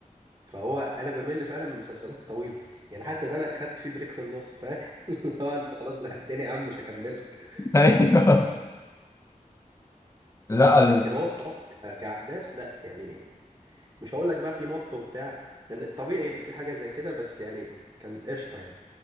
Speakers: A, on the right (about 30°); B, on the left (about 20°).
A: فهو انا بمل فعلا من المسلسلات الطويله يعني حتى ده انا اخدت فيه بريك في النص فاهم <laughs> اللي هو انت خلاص زهقتني يا عم مش هكملك
B: ايوه لا ال...
A: لكن هو الصراحه ك- كاحداث لا يعني مش هقول لك بقى في مط وبتاع يعني طبيعي يبقى في حاجه زي كده بس يعني كان قشطه يعني